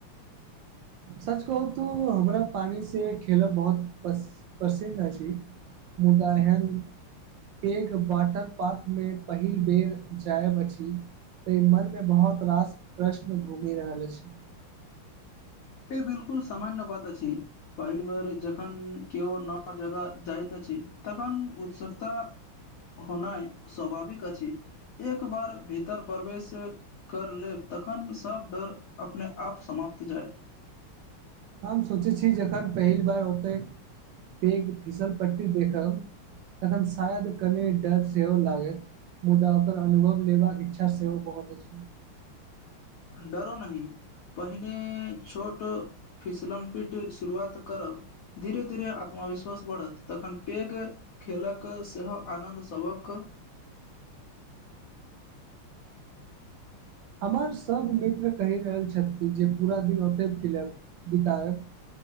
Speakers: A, on the right; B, on the left.
A: सच कहू तू हमरा पानि से खेलब बहुत पस पसिन्न अछि मुदा ऐहन पेग वाटर पार्क मे पहिल बेर जायब अछि ते मन मे बहुत रास प्रश्न घूमि रहल अछि
B: ई बिलकुल सामान्य बात अछि पहिल बेर जखन केओ नव जगह जाइत अछि तखन उत्सुकता होनाइ स्वभाविक अछि एक बार भीतर प्रवेश कर लेब तखन सभ डर अपने आप समाप्त जायत
A: हम सोचैत छी जखन पहिल बार ओतेक पैघ फीसल पट्टी देखब तखन शायद कनि डर सेहो लागैत मुदा ओकर अनुभव लेबाक इच्छा सेहो बहुत अछि
B: डरो नहीं पहिने छोटो फिसलन पीट शुरुआत करब धीरे धीरे आत्मविश्वास बढ़त तखन पेघ खेलक सेहो आनन्द सभक
A: हमर सभ मित्र कहि रहल छथि जे पूरा दिन ओतय खिलब बितायब